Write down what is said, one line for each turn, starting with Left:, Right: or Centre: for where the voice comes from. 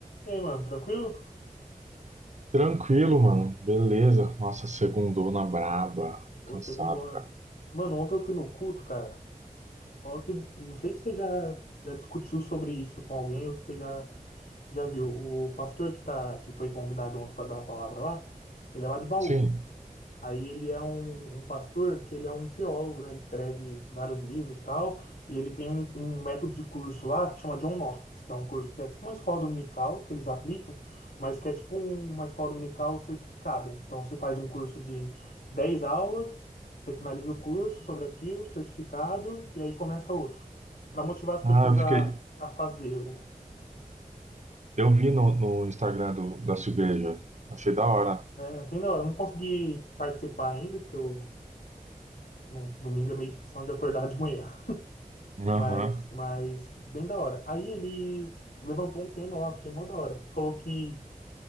Left: E aí, mano, tranquilo?
Right: Tranquilo, mano. Beleza. Nossa, segundou na braba.
Left: Ô,
Right: Cansado,
Left: segundo ano.
Right: cara.
Left: Mano, ontem eu fui no culto, cara. Ó, que, não sei se você já, já discutiu sobre isso com alguém ou se você já, já viu. O pastor que, tá, que foi convidado ontem para dar a palavra lá, ele é lá de Bauru.
Right: Sim.
Left: Aí ele é um, um pastor que ele é um teólogo, né? Ele escreve vários livros, tal, e ele tem um, um método de curso lá que chama John Knox, que é um curso que é tipo uma escola dominical que eles aplicam, mas que é tipo um- uma escola dominical certificada. Então você faz um curso de 10 aulas, você finaliza o curso sobre aquilo, certificado, e aí começa outro, para motivar as pessoas
Right: Ah, eu fiquei.
Left: a, a fazer o,
Right: Eu vi no, no Instagram do, da sua igreja. Achei da hora.
Left: né? É Bem da hora. Eu não consegui participar ainda, porque eu, no, domingo é meio difícil de acordar de manhã. Mas,
Right: Aham,
Left: mas, bem da hora. Aí ele levantou um tema lá, achei mó da hora. Falou que